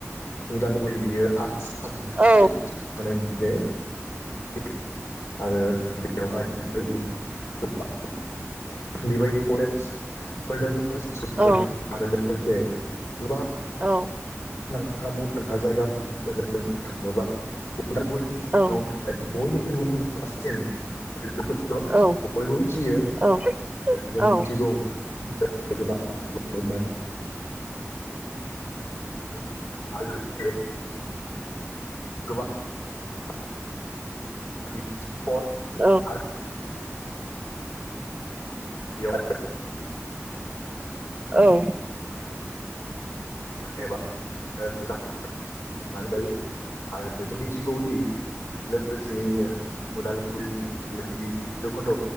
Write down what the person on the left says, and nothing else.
उदालगुरि बियो आसाम
<unintelligible> नि थानाय। बे <unintelligible> आरो बेयावहाय <unintelligible> बेबायदि कलेजफोर दोङो स्कुलफोर
दोंङो आरो लोगोसे। गोबां
मुंदांखा मुंदांखा जायगा <unintelligible> थाङोबा उदालगुरिनि सिङाव
थानाय बयनि <unintelligible>
बयबो मिथियो
जों मिथिगौ
गोबां <unintelligible> <unintelligible> गोबां <unintelligible> पिकनिक स्पट
आरो बेवहाय
एबा <unintelligible> संनानै जायो आरो। जों मिथिगौदि लोगोसेयैनो उदालगुरिनि बेबायदि भैरखुन्द